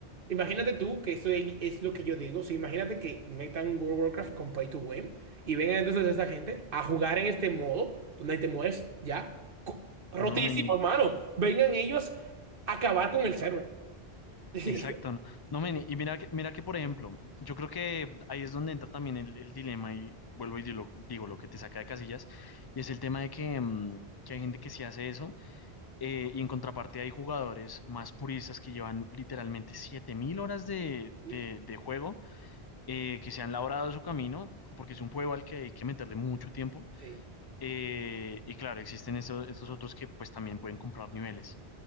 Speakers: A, on the right (about 55°); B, on the left (about 30°).
A: imagínate tú que esto es lo que yo digo. Si imagínate que metan un World of Warcraft con Pay to Win y vengan entonces esta gente a jugar en este modo donde te mueres ya co- rotísimo,
B: No, meni,
A: hermano. Vengan ellos a acabar con el server.
B: exacto.
A: <laughs>
B: No, No, meni, y mira que, mira que, por ejemplo, yo creo que ahí es donde entra también el, el dilema y vuelvo y digo, digo lo que te saca de casillas, y es el tema de que, mm, que hay gente que sí hace eso, eh, y en contraparte hay jugadores más puristas que llevan literalmente 7.000 horas de,
A: Sí, sí.
B: de, de juego, eh, que se han labrado su camino, porque es un juego al que hay que meterle mucho tiempo
A: Sí.
B: Eh, y claro, existen eso- estos otros que pues también pueden comprar niveles.